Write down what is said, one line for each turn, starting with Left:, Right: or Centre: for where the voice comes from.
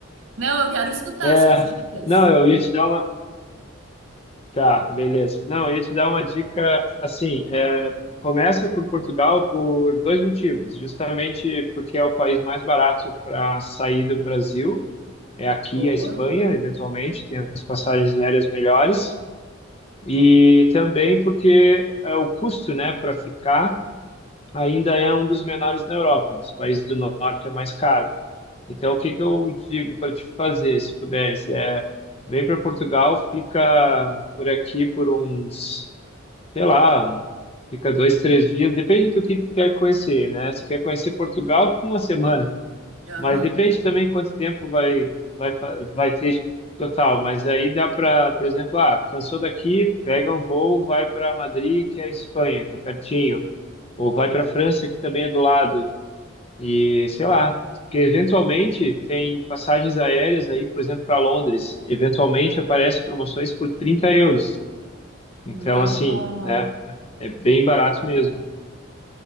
Right: Não, eu quero escutar
Left: É,
Right: suas dicas.
Left: não, eu ia te dar uma. Tá, beleza. Não, eu ia te dar uma dica assim. é, começa por Portugal por dois motivos. Justamente porque é o país mais barato para sair do Brasil. É aqui
Right: Boa.
Left: a Espanha, eventualmente, tem as passagens aéreas melhores. E também porque é, o custo, né, para ficar ainda é um dos menores na Europa. Os países do norte é mais caro. Então, o que que eu digo para te fazer, se puderes, é vem para Portugal, fica por aqui por uns, sei lá, fica dois, três dias, depende do que tu quer conhecer, né? Se quer conhecer Portugal, fica uma semana,
Right: Aham.
Left: mas depende também quanto tempo vai vai fa- vai ter total. Mas aí dá para, por exemplo, ah, cansou daqui, pega um voo, vai para Madrid, que é a Espanha, que é pertinho. Ou vai para a França, que também é do lado. E sei lá, porque eventualmente tem passagens aéreas aí, por exemplo, para Londres, eventualmente aparece promoções por 30 euros. Então,
Right: No-
Left: assim, né? É bem barato mesmo.